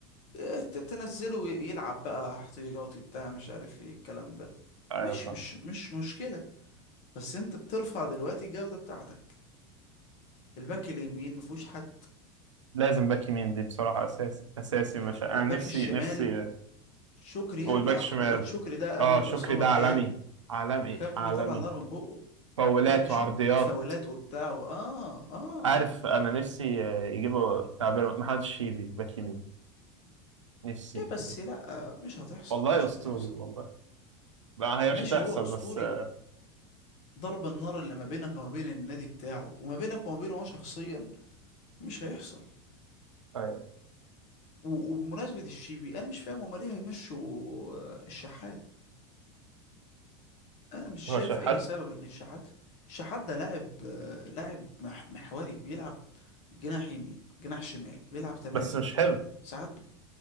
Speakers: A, on the left; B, on the right.
A: آه، ت- تنزله يلعب بقى احتياطي بتاع مش عارف ايه الكلام ده
B: ايوه
A: مش
B: فاهم
A: مش مش مشكلة بس انت بترفع دلوقتي الجودة بتاعتك الباك اليمين مفهوش حد
B: لازم باك يمين دي بصراحة اساسي اساسي
A: آه،
B: مش انا
A: الباك
B: نفسي
A: الشمال
B: نفسي
A: شكري
B: والباك
A: يرجع
B: شمال
A: الواد شكري ده قبل
B: اه
A: الإصابة
B: شكري ده
A: كان
B: عالمي عالمي
A: كان
B: عالمي
A: بيطلع نار من بقه
B: فاولات
A: كان بيشوط
B: وعرضيات
A: فاولات وبتاع و- اه اه
B: عارف انا نفسي آه، يجيبوا تعبير محمد الشيبي باك يمين نفسي
A: ايه بس لا مش هتحصل
B: والله
A: مش
B: اسطوري
A: هتحصل
B: والله ما هي
A: ماشي
B: مش هتحصل
A: هو أسطوري
B: بس آه،
A: ضرب النار اللي ما بينك وما بين النادي بتاعه وما بينك وما بينه هو شخصيا مش هيحصل
B: ايوه
A: و- وبمناسبة الشيبي أنا مش فاهم هما ليه هيمشوا آه، الشحات أنا مش شايف
B: هو شحات
A: أي سبب إن الشحات الشحات ده لاعب آه، لاعب مح- محوري بيلعب جناح يمين جناح شمال بيلعب تمانية
B: بس مش حلو
A: ساعات ب-